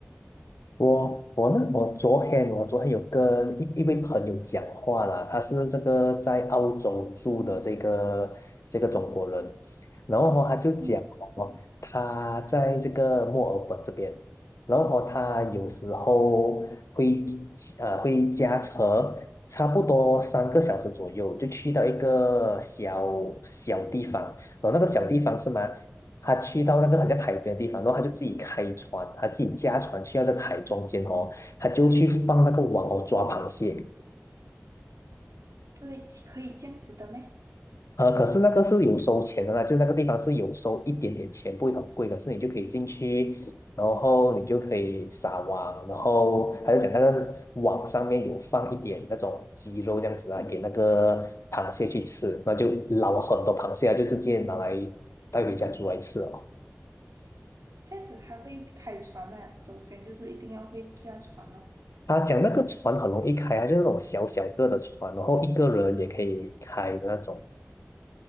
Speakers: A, on the left; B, on the right.
A: 我我呢，我昨天我昨天有跟一一位朋友讲话啦，他是这个在澳洲住的这个这个中国人，然后哦他就讲哦，
B: 嗯，
A: 他在这个墨尔本这边，然后哦他有时候会呃会驾车，差不多三个小时左右就去到一个小小地方，然后那个小地方是吗？他去到那个好像海边的地方，然后他就自己开船，他自己驾船去到这个海中间哦，他就去放那个网哦抓螃蟹。
B: 这类可以这样子的咩？
A: 呃，可是那个是有收钱的啦，就是那个地方是有收一点点钱，不会很贵，可是你就可以进去，然后你就可以撒网，然后他就讲那个网上面有放一点那种鸡肉这样子啊，给那个螃蟹去吃，那就捞很多螃蟹啊，就直接拿来带回家煮来吃哦。
B: 这样子还会开船啊，首先就是一定要会驾船哦。
A: 他讲那个船很容易开啊，就是那种小小个的船，然后一个人也可以开的那种